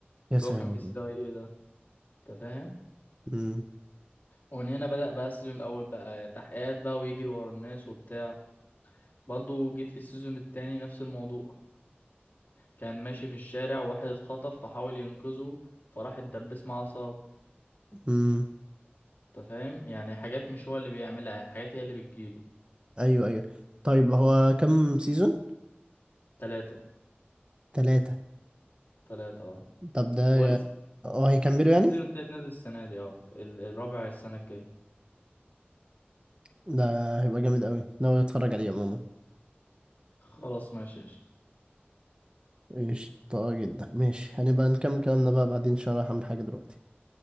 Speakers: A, on the right; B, on the left.
A: يا
B: اللي
A: ساتر
B: هو كان في السي اي ايه ده انت فاهم
A: امم
B: ومن هنا بدأ بقى السيزون الاول بقى تحقيقات بقى ويجري ورا الناس وبتاع برضه جيت في السيزون التاني نفس الموضوع كان ماشي في الشارع وواحد اتخطف فحاول ينقذه فراح اتدبس مع عصابة
A: امم
B: انت فاهم يعني حاجات مش هو اللي بيعملها حاجات هي اللي بتجيله
A: ايوه ايوه طيب هو كم سيزون
B: تلاتة
A: ثلاثة
B: تلاتة اه
A: طب ده
B: هو لسه
A: اه هيكملوا
B: لسه
A: يعني
B: السيزون التالت نازل السنة دي اه ال- الرابع السنة الجاية
A: ده هيبقى جامد قوي ناوي اتفرج عليه عموما
B: خلاص ماشي قشطة.
A: قشطة جدا ماشي هنبقى نكمل كلامنا بقى بعدين عشان رايح اعمل حاجة دلوقتي